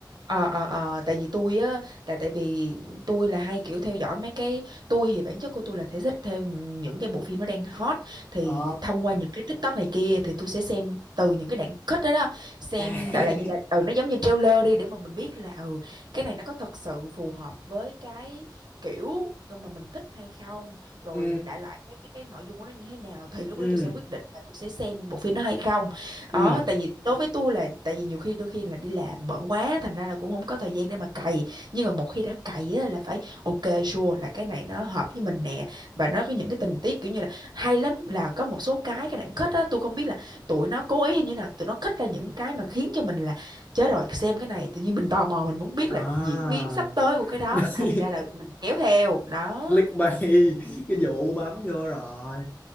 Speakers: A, on the right; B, on the left.
A: ờ ờ ờ tại vì tôi á tại tại vì tôi là hay kiểu theo dõi mấy cái tôi thì bản chất của tôi là thể thích theo những cái bộ phim nó đang hot thì
B: ờ
A: thông qua những cái TikTok này kia thì tôi sẽ xem từ những cái đoạn cut đó đó xem
B: à. <laughs>
A: đại loại như là ừ nó giống như trailer đi để mà mình biết là ừ cái này nó có thật sự phù hợp với cái kiểu mà mình thích hay không rồi
B: ừ
A: đại loại cái cái, cái nội dung của nó như thế nào thì lúc
B: ừ
A: đó tôi sẽ quyết định là tôi sẽ xem bộ phim đó hay không Ờ,
B: ừ
A: tại vì đối với tôi là tại vì nhiều khi đôi khi là đi làm bận quá thành ra là cũng không có thời gian để mà cày nhưng mà một khi đã cày á, là phải ok sure là cái này nó hợp với mình nè và nó có những cái tình tiết kiểu như là hay lắm là có một số cái cái đoạn kết á tôi không biết là tụi nó cố ý hay như nào tụi nó kết ra những cái mà khiến cho mình là chết rồi xem cái này tự nhiên mình tò mò mình muốn biết
B: à
A: là diễn biến sắp tới của cái đó
B: <laughs>
A: thành ra là mình kéo theo đó
B: click bay cái vụ bấm vô rồi